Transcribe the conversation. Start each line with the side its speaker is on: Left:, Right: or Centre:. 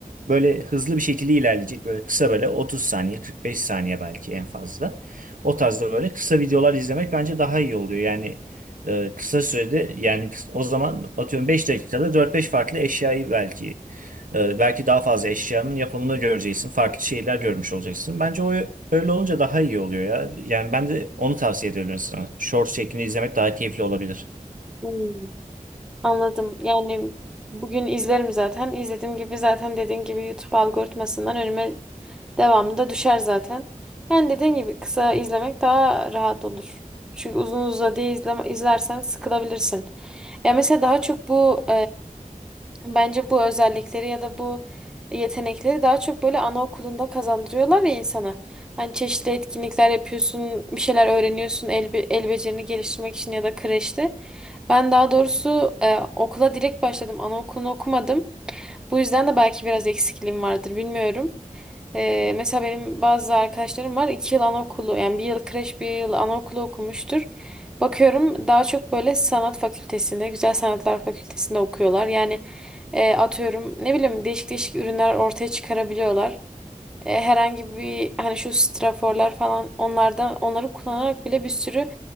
Right: böyle hızlı bir şekilde ilerleyecek böyle kısa böyle 30 saniye 45 saniye belki en fazla. O tarzda böyle kısa videolar izlemek bence daha iyi oluyor. Yani e, kısa sürede yani kıs- o zaman atıyorum 5 dakikada dört beş farklı eşyayı belki ee, belki daha fazla eşyanın yapımını göreceksin. Farklı şeyler görmüş olacaksın. Bence o öyle olunca daha iyi oluyor ya. Yani ben de onu tavsiye ediyorum sana. Short şeklinde izlemek daha keyifli olabilir.
Centre: Hmm. Anladım. Yani bugün izlerim zaten. İzlediğim gibi zaten dediğin gibi YouTube algoritmasından önüme devamlı da düşer zaten. Yani dediğin gibi kısa izlemek daha rahat olur. Çünkü uzun uzadıya izleme, izlersen sıkılabilirsin. Ya mesela daha çok bu Bence bu özellikleri ya da bu yetenekleri daha çok böyle anaokulunda kazandırıyorlar ya insana. Hani çeşitli etkinlikler yapıyorsun, bir şeyler öğreniyorsun el, be- el becerini geliştirmek için ya da kreşte. Ben daha doğrusu e, okula direkt başladım. Anaokulunu okumadım. Bu yüzden de belki biraz eksikliğim vardır, bilmiyorum. Ee, mesela benim bazı arkadaşlarım var iki yıl anaokulu yani bir yıl kreş bir yıl anaokulu okumuştur. Bakıyorum daha çok böyle sanat fakültesinde güzel sanatlar fakültesinde okuyorlar. Yani e, atıyorum ne bileyim değişik değişik ürünler ortaya çıkarabiliyorlar. E, herhangi bir hani şu straforlar falan onlardan onları kullanarak bile bir sürü